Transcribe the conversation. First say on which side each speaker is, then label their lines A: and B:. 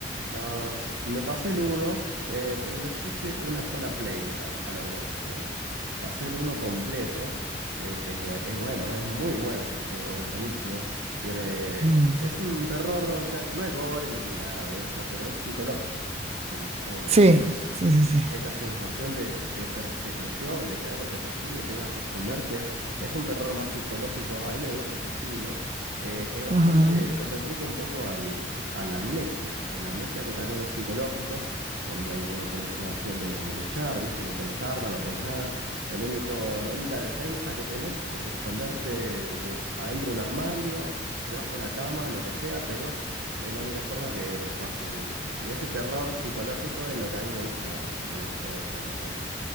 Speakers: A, on the right (about 80°); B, on the right (about 35°).
A: Ah, s- me pasé el 1, pero les hice una sola play a, a los dos. eh. pasé el uno completo. eh, es, bue- es bueno, es muy bueno ese juego, es buenísimo. Tiene,
B: Ujú.
A: es un terror, o sea, no es gore, no tiene nada de eso, pero es psicológico. ¿viste? Es como que
B: Sí,
A: vos tenés
B: sí, sí, sí.
A: esa sensación de, de persecución, de que algo te persigue y tengas que esconderte. Es un terror más psicológico, a mí me gusta ese estilo. Eh, es bastante,
B: Ajá.
A: se replica un poco al, a la amnesia, el amnesia que también es psicológico, donde ahí vos no tenés la opción de, de luchar, ¿viste? No tenés arma, no tenés nada. El único, la única defensa que tenés es esconderte de- adentro de un armario, debajo de una cama, lo que sea, pero es la única forma que, que pueda sobrevivir. Y ese terror psicológico es lo que a mí me gusta de un juego de terror también.